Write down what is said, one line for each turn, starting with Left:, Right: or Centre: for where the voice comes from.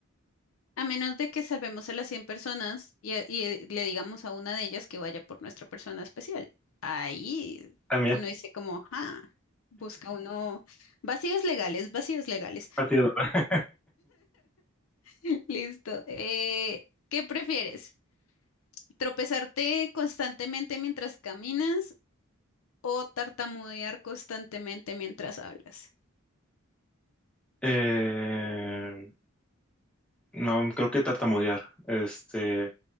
Left: A menos de que salvemos a las 100 personas y, a- y, eh, le digamos a una de ellas que vaya por nuestra persona especial. Ahí
Centre: También.
Left: uno dice como, ah, busca uno vacíos legales, vacíos legales.
Centre: Así es, ¿verdad?
Left: <laughs> Listo. Eh, ¿qué prefieres? ¿Tropezarte constantemente mientras caminas o tartamudear constantemente mientras hablas?
Centre: Eh, no, creo que tartamudear, este,